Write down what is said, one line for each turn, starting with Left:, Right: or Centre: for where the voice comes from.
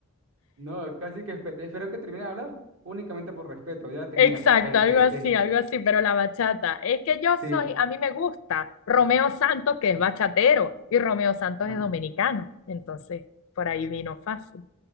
Right: No, casi que espe- espero que termine de hablar, únicamente por respeto, ya tenía.
Left: Exacto,
Right: Ve,
Left: algo
Right: ve,
Left: así,
Right: ve.
Left: algo así, pero la bachata. Es que yo
Right: Sí,
Left: soy, a mí me gusta Romeo Santos, que es bachatero, y Romeo Santos
Right: ah,
Left: es dominicano. Entonces, por ahí vino fácil.